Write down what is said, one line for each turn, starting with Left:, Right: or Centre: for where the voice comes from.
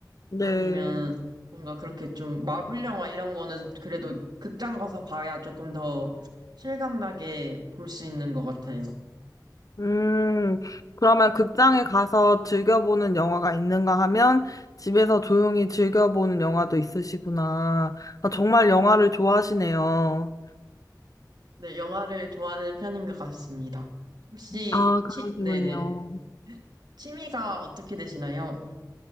Left: 네.
Right: 아니면 뭔가 그렇게 좀 마블 영화 이런 거는 그래도 극장 가서 봐야 조금 더 실감나게 볼 수 있는 것 같아요.
Left: 음, 그러면 극장에 가서 즐겨보는 영화가 있는가 하면 집에서 조용히 즐겨보는 영화도 있으시구나. 아, 정말 영화를 좋아하시네요.
Right: 네, 영화를 좋아하는 편인 것 같습니다. 혹시
Left: 아, 그러시군요.
Right: 치, 네네. 취미가 어떻게 되시나요?